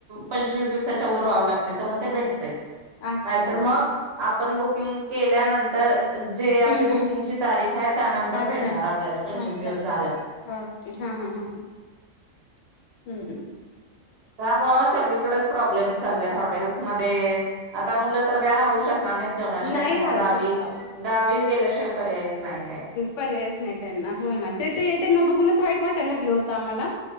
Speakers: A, on the right; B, on the left.
A: पंचवीस दिवसाच्या वर व्हावं लागतय, तर मग ते भेटतय
B: अच्छा.
A: नाहीतर
B: हं,
A: मग आपण बुकिंग केल्यानं तर जे आपली बुकिंगची
B: हं, हं.
A: तारीख आहे त्यानंतर
B: अच्छा,
A: भेटणार आपल्याला पंचवीस
B: अच्छा.
A: दिवस झाल्यावर.
B: ओके हा हा हा हा. हम्म हम्म
A: त्यामुळं सगळीकडेच प्रब्लेम चाल्यात हॉटेलमध्ये, आता मुलं तर काय राहू शकणार नाहीत जेवणाशिवाय
B: नाही
A: त्यांना
B: राहू
A: गावी,
B: शकत अहो.
A: गावी गेल्याशिवाय पर्यायच नाही आहे.
B: पर्यायच नाही त्यांना, हो ना ते ते त्यांना बघूनच वाईट वाटायला लागले होतं आम्हाला